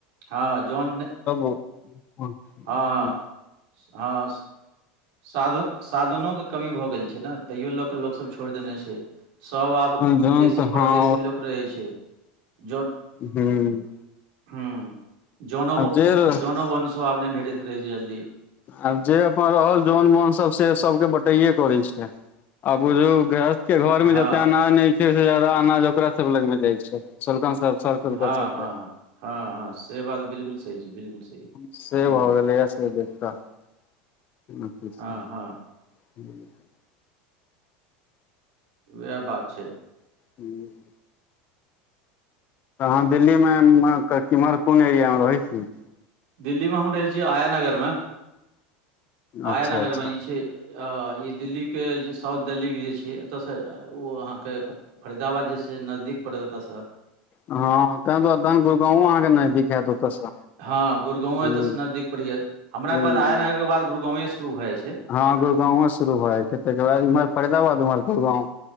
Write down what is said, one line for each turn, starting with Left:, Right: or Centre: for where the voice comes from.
Right: हँ जौन नहि-
Left: <unintelligible> <unintelligible>
Right: हँ हँ साध साधनोके कमी भऽ गेल छै ने तैयो लोक के लोकसभ छोड़ि देने छै। सभ आब
Left: जन
Right: बेसी
Left: तऽ हँ
Right: परदेेशे लोक रहै छै जौ
Left: हूँ।
Right: हूँ जऽनो
Left: जे आब
Right: जऽनो बनसब आब नहि भेटैत रहै छै जल्दी।
Left: आब जे अपन रहल जन बन सब से सबके बटाइे करैत छै आ बुझू गृहस्थ के घर में
Right: हँ
Left: जते अनाज नहि छै ओइसे जादा अनाज ओकरा सब लग मे जाय छै सोलकन सब सोलकन
Right: हँ
Left: सब
Right: हँ हँ हँ हँ से बात बिलकुल सही छै बिलकुल सही।
Left: से
Right: हूँ
Left: भऽ गेलैया से देख। <unintelligible>
Right: हँ हँ वएह बात छै।
Left: हूँ। <unintelligible> त अहाँ दिल्लीमे म केम्हर कोन एरियामे रहै छीयै
Right: दिल्लीमे हम रहै छीयै आया नगरमे।
Left: अच्छा
Right: आया नगरमे
Left: अच्छा
Right: इ छै। अ ई दिल्लीके जे साउथ देल्लीके जे छियै एतऽसँ ओ अहाँके फ। फरीदाबाद जे से नजदीक पड़त एतऽ सऽ।
Left: हँ तेँ दुआरे तहन गुरु गाँव अहाँ के नजदीक। हैत ओतयसँ
Right: हँ गुरुगाँंव
Left: ह
Right: एतऽ सऽ नजदीक परै या हमरा के
Left: ह
Right: बाद आया नगर के बाद गुगाँंवे स शुरू भऽ जाइ छै।
Left: हँ गुरूगाँंवो शुरू भऽ जाइ छै तकर बाद इमहर फरीदाबाद उमहर गुरूगाँव।